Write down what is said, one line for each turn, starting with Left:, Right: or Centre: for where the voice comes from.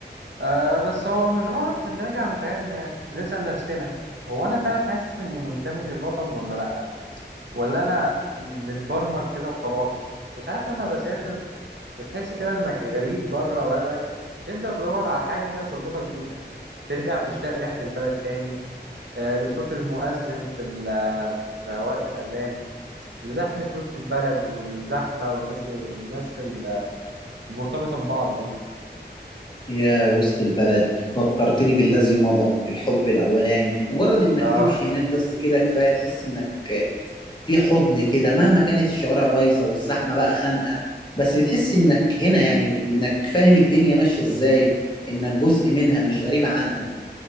Right: آه بس هو مش غلط إن نراجع مشاعرنا يعني ونسأل نفسنا هو أنا فعلا حاسس إني منتمي للوطن ولا لأ ولا أنا متبرمج كده وخلاص وساعات لما بسافر وتحس كده انك غريب بره بلدك تبدأ تدور على حاجة كده تربطك بيها ترجع تشتاق ريحة البلد تاني آه، لصوت المؤذن في ال- آه، في وقت الأذان لزحمة وسط البلد والزحمة والناس والناس ال- المرتبطة ببعض دي
Left: يا وسط البلد فكرتني بالذي مضى الحب الأولاني مجرد إنك
Right: آه.
Left: تمشي هناك بس كده كفاية تحس إنك في حضن كده مهما كانت الشوارع بايظه والزحمه بقى خانقه بس بتحس انك هنا يعني انك فاهم الدنيا ماشيه ازاي انك جزء منها مش غريب عنها